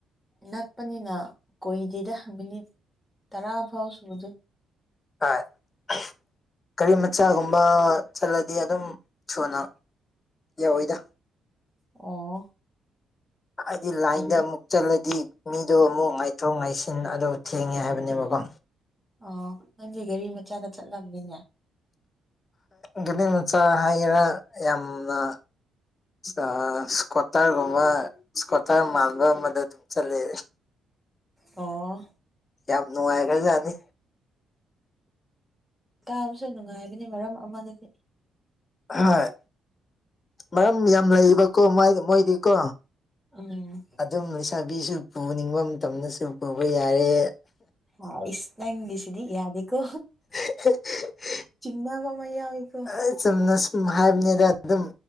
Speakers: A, in the centre; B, on the left.
A: ꯅꯛꯄꯅꯤꯅ ꯀꯣꯏꯗꯦꯗ ꯃꯤꯅꯤꯠ ꯇꯔꯥ ꯐꯥꯎ ꯁꯨꯗ
B: <unintelligible> ꯒꯥꯔꯤ ꯃꯆꯥꯒꯨꯝ ꯃ ꯆꯠꯂꯗꯤ ꯑꯗꯨꯝ ꯊꯨꯅ ꯌꯧꯋꯤꯗ
A: ꯑꯣ
B: ꯍꯥꯏꯗꯤ ꯂꯥꯏꯟꯗ
A: ꯒꯥꯔꯤ
B: ꯑꯃꯨꯛ ꯆꯠꯂꯗꯤ ꯃꯤꯗꯣ ꯑꯃꯨꯛ ꯉꯥꯏꯊꯣꯛ ꯉꯥꯏꯁꯤꯟ ꯑꯗꯨꯗ ꯊꯦꯡꯉꯦ ꯍꯥꯏꯕꯅꯦꯕꯀꯣ
A: ꯑꯣ ꯅꯪꯗꯤ ꯒꯥꯔꯤ ꯃꯆꯥꯗ ꯆꯠꯂꯝꯅꯤꯅꯦ
B: ꯒꯦꯅꯤ ꯃꯆꯥ ꯍꯥꯏꯒꯦꯔꯥ ꯌꯥꯝꯅ ꯑ ꯁꯀꯇꯔꯒꯃ ꯏꯁꯀꯇꯔ ꯃꯥꯜꯕ ꯑꯃꯗ ꯆꯠꯂꯦ
A: ꯑꯣ
B: ꯌꯥꯝ ꯅꯨꯡꯉꯥꯏꯈ꯭ꯔꯖꯥꯅꯤ
A: ꯇꯥꯕꯁꯨ ꯅꯨꯡꯉꯥꯏꯕꯅꯤ ꯃꯔꯝ ꯑꯃꯅꯗꯤ
B: ꯍꯣꯏ ꯃꯔꯝ ꯌꯥꯝ ꯂꯩꯌꯦꯕꯀꯣ ꯃꯥꯏ ꯃꯣꯏꯗꯤꯀꯣ
A: ꯎꯝ
B: ꯑꯗꯨꯝ ꯂꯩꯁꯥꯕꯤꯁꯨ ꯄꯨꯅꯤꯡꯕ ꯃꯇꯝꯗꯁꯨ ꯄꯨꯕ ꯌꯥꯔꯦ
A: ꯍꯥꯏꯁ ꯅꯪꯒꯤꯁꯤꯗꯤ ꯌꯥꯗꯦꯀꯣ
B: <unintelligible>
A: ꯆꯤꯡꯅꯕ ꯑꯃꯥ ꯌꯥꯎꯏꯀꯣ
B: ꯑꯩ ꯆꯨꯝꯅ ꯁꯨꯝ ꯍꯥꯏꯕꯅꯤꯗ ꯑꯗꯨꯝ